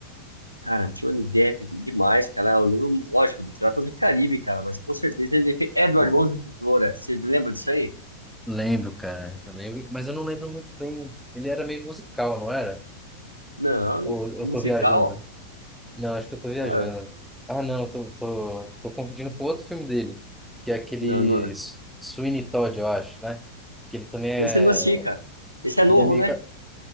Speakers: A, on the right; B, in the centre.
A: Cara, Johnny Depp, demais, cara. Eu lembro, lógico, do Piratas do Caribe, cara, mas com certeza ele fez Edward
B: Pô,
A: Mãos de Tesoura. Você lembra disso aí?
B: Lembro, cara. Eu lembro, mas eu não lembro muito bem. Ele era meio musical, não era?
A: Não,
B: Ou
A: musical?
B: eu tô viajando? Não, acho que eu tô viajando.
A: Cara,
B: Ah, não, eu tô, tô, tô confundindo com outro filme dele, que é aquele
A: não, não.
B: S- Sweeney Todd, eu acho, né? Que ele também é.
A: Esse eu não assisti, cara. Esse é novo,
B: Ele é meio
A: né?
B: que.